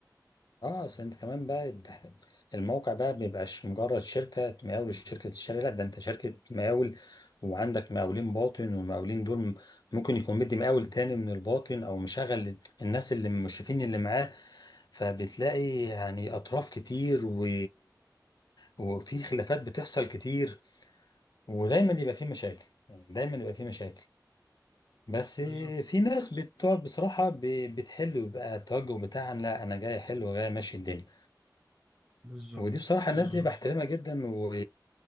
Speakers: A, on the left (about 70°); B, in the centre.
A: اه اصل انت كمان بقى بتحت... الموقع بقى بيبقاش مجرد شركة مقاول شركة الشارع لا ده انت شركة مقاول وعندك مقاولين باطن والمقاولين دول ممكن يكون مدي مقاول تاني من الباطن او مشغل الناس اللي المشرفين اللي معاه فبتلاقي يعني اطراف كتير و... وفي خلافات بتحصل كتير ودايما يبقى في مشاكل يعني دايما يبقى في مشاكل بس
B: بالظبط
A: في ناس بتقعد بصراحة ب- بتحل ويبقى التوجه بتاعها لا انا جاي احل وجاي ماشي الدنيا
B: بالظبط
A: ودي بصراحة
B: بالظبط
A: الناس دي بحترمها جدا و...